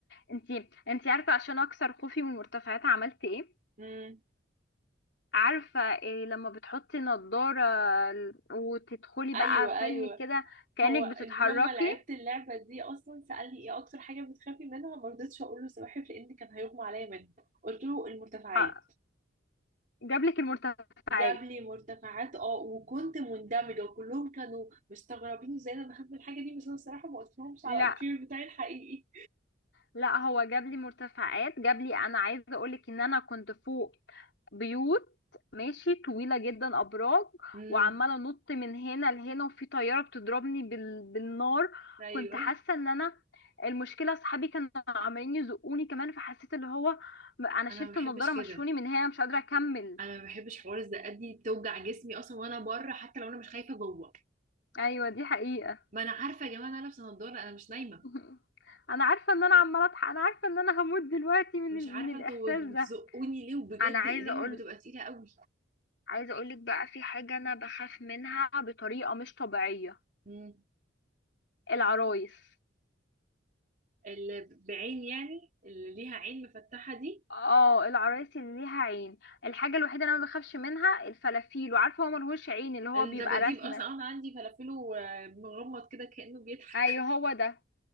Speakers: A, on the left; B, on the right.
A: انتي انتي عارفه عشان اكسر خوفي من المرتفعات عملت ايه
B: امم
A: عارفه إيه لما بتحطي نضاره ال- وتدخلي
B: ايوه
A: بقى فيلم
B: ايوه
A: كده كانك
B: هو
A: بتتحركي
B: اليوم ما لعبت اللعبه دي اصلا سالني ايه اكتر حاجه بتخافي منها ما رضيتش اقول له السواحل لان كان هيغمى عليا منه قلت له المرتفعات
A: ح- جابلك المرتفعات
B: جاب لي مرتفعات اه وكنت مندمجه وكلهم كانوا مستغربين ازاي انا بخاف من الحاجه دي بس انا الصراحه ما قلت لهمش
A: لا
B: على الفير بتاعي الحقيقي
A: لا هو جاب لي مرتفعات جاب لي انا عايزه اقول لك ان انا كنت فوق بيوت ماشي طويله جدا ابراج
B: امم
A: وعماله انط من هنا لهنا وفي طياره بتضربني بال... بالنار
B: ايوه
A: كنت حاسه ان انا المشكله اصحابي كانوا عمالين يزقوني كمان فحسيت اللي هو م- انا
B: انا
A: شلت
B: ما بحبش
A: النضاره
B: كده
A: مشوني من هنا مش قادره اكمل
B: انا ما بحبش حوار الزقات دي بتوجع جسمي اصلا وانا بره حتى لو انا مش خايفه جوه
A: ايوه دي حقيقه
B: ما انا عارفه يا جماعه ان انا لابسه نضاره انا مش نايمه
A: <laughs> انا عارفه ان انا عماله اضحك انا عارفه ان انا هموت دلوقتي من
B: مش
A: ال...
B: عارفه
A: من الاحساس
B: انتوا بتزقوني
A: ده
B: ليه وبجد
A: انا عايزه
B: ايديهم
A: اقول
B: بتبقى تقيله قوي
A: عايزة اقولك بقى في حاجة انا بخاف منها بطريقة مش طبيعية
B: مم.
A: العرايس
B: اللي بعين يعني اللي ليها عين مفتحه دي
A: اه العرايس اللي ليها عين الحاجة الوحيدة اللي انا ما بخافش منها الفلافيل وعارفة هو ملهوش عين اللي هو
B: الدباديب
A: بيبقى رسمة
B: اصلا انا عندي فلافله آه، مغمض كده كانه بيضحك
A: ايوه هو ده